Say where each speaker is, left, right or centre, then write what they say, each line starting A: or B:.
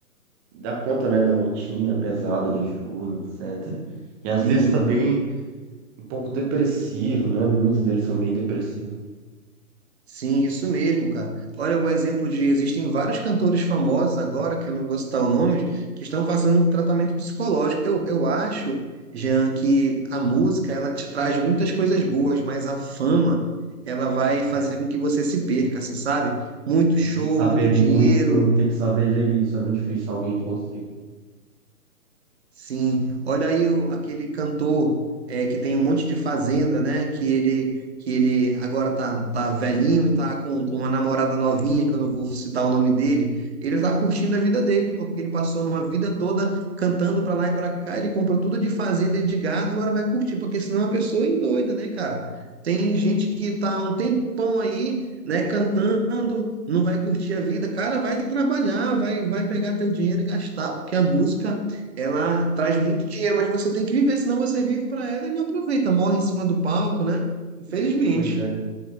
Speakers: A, on the right; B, on the right.
A: dar conta, né, da rotina pesada de show, etc. E às
B: Sim.
A: vezes também um pouco depressivo, né? Muitos deles são bem depressivos.
B: Sim, isso mesmo, cara. Olha o exemplo de existem vários cantores famosos agora, que eu não vou citar o nome, que estão fazendo um tratamento psicológico. Eu, eu acho, Jean, que a música ela te traz muitas coisas boas, mas a fama ela vai fazer
A: É,
B: com que você se perca, assim, sabe? Muito
A: é,
B: show,
A: tem que saber
B: muito dinheiro,
A: muito, tem que saber gerir isso. É muito difícil alguém conseguir.
B: Sim, olha aí o- aquele cantor é, que tem um monte de fazenda, né? Que ele, que ele agora tá, tá velhinho e tá com, com uma namorada novinha, que eu não vou citar o nome dele. Ele tá curtindo a vida dele, porque ele passou uma vida toda cantando para lá e para cá. Ele comprou tudo de fazenda e de gado, agora vai curtir, porque senão a pessoa endoida, né, cara? Tem gente que tá há um tempão aí, né, cantando, não vai curtir a vida. Cara, vai trabalhar, vai, vai pegar teu dinheiro e gastar, porque a música ela traz muito dinheiro, mas você tem que viver, senão você vive para ela e não aproveita, morre em cima do palco, né? Infelizmente.
A: Pois é,